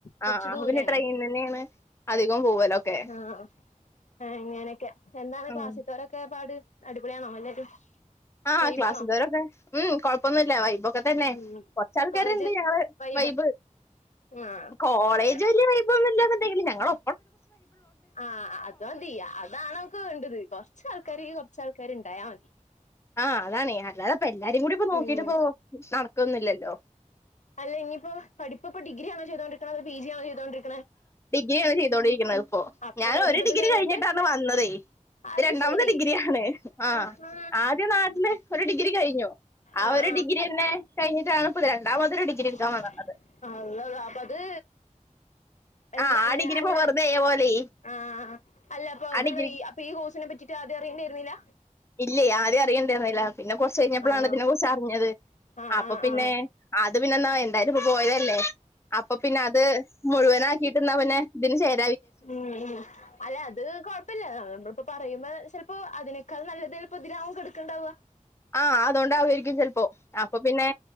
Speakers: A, on the left; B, on the left.
A: കൊറച്ച്
B: ആ
A: ദൂരാണേ
B: പിന്നെ ട്രെയിൻ തന്നെയാണ് അധി അധികം പോവലൊക്കെ
A: ആഹ് ആഹ് ഇങ്ങനെയെക്കെ എന്താണ്
B: ഉം
A: ക്ലാസ്സിത്തോരൊക്കെ പാട് അടിപൊളിയാണോ എല്ലാരും
B: ആഹ്
A: വൈബാണോ
B: ക്ലാസ്സിത്തൊരൊക്കെ ഉം കൊഴപ്പൊന്നുല്ല വൈബൊക്കെ തന്നെ
A: ഉം
B: കൊറച്ച് ആൾക്കാര്
A: കോളേജ്
B: ഇണ്ട് ഞങ്ങള്
A: വൈബാ
B: വൈബ്
A: ആഹ്
B: കോളേജ്
A: അങ്ങനെ
B: വലിയ വൈബോന്നുല്ലന്നുണ്ടെങ്കിലും ഞങ്ങളോ
A: ആഹ് അത് മതി അതാണ് നമുക്ക് വേണ്ടത് കൊറച്ച് ആൾക്കാരിക്ക് കൊറച്ച് ആൾക്കാര് ഇണ്ടായാ മതി
B: ആഹ് അതാണ് അല്ലാതാപ്പ എല്ലാരും കൂടി ഇപ്പൊ നോക്കിട്ട്
A: ഉം
B: ഇപ്പൊ നടക്കൊന്നില്ലല്ലോ
A: അല്ല ഇനിയിപ്പോ പഠിപ്പ് ഇപ്പൊ ഡിഗ്രി ആണോ ചെയ്തോണ്ടിരിക്കണത് അതോ പി ജി ആണോ ചെയ്തോണ്ടിരി
B: ഡിഗ്രിയാ ആണ് ചെയ്തോണ്ടിരിക്കണത് ഇപ്പോ
A: അപ്പൊ
B: ഞാൻ
A: ഇനിയിപ്പോ
B: ഒരു ഡിഗ്രി
A: ഇത് കഴിഞ്ഞിട്ട്
B: കഴിഞ്ഞിട്ടാണ് വന്നതേ
A: അത്
B: രണ്ടാമത്തെ
A: ശരി
B: ഡിഗ്രി ആണ് ആഹ്
A: ആഹാ
B: ആദ്യ നാട്ടില് ഒരു ഡിഗ്രി കഴിഞ്ഞു ആ
A: ആഹ്
B: ഒരു ഡിഗ്രിയാന്നെ കഴിഞ്ഞിട്ടാണ് ഇപ്പ രണ്ടാമതൊരു
A: <unintelligible>
B: ഡിഗ്രി എടുക്കാൻ വന്നത്
A: അപ്പ അത് എന്താണ്
B: ആഹ് ആ ഡിഗ്രി
A: അല്ല
B: ഇപ്പോ വെറുതെ പോലേ
A: ആഹ് അല്ല അപ്പൊ അതൊന്നും
B: ആ ഡിഗ്രി
A: അപ്പൊ ഈ കോഴ്സിനെ പറ്റിട്ട് ആദ്യം അറിയേണ്ടിയിരുന്നില്ല
B: ഇല്ലേ ആദ്യം അറിയണ്ടര്ന്നില്ല പിന്നെ കുറച്ച് കഴിഞ്ഞപ്പോളാണ്
A: ആഹ്
B: ഇതിനെ കുറിച്ച് അറിഞ്ഞത്
A: ആഹ്
B: അപ്പൊ
A: ആഹ്
B: പിന്നെ
A: ആഹ്
B: ആ പിന്നെ എന്നാ വേണ്ട ഇതിപ്പോ പോയതല്ലേ അപ്പൊ പിന്നെ അത് മുഴുവൻ ആക്കിട്ട്ന്നാ പിന്നെ ഇതിന് ചേർ
A: ഉം ഉം അല്ല അത് കൊഴപ്പില്ല നമ്മളിപ്പോ പറയുമ്പോ ചിലപ്പോ അതിന് ക്കാൾ നല്ലത് ചിലപ്പോ ഇതിലാവും കിടക്കുണ്ടാവ
B: ആഹ് അതുകൊണ്ട് ആവുവായിരിക്കും ചിലപ്പോ അപ്പൊ പിന്നെ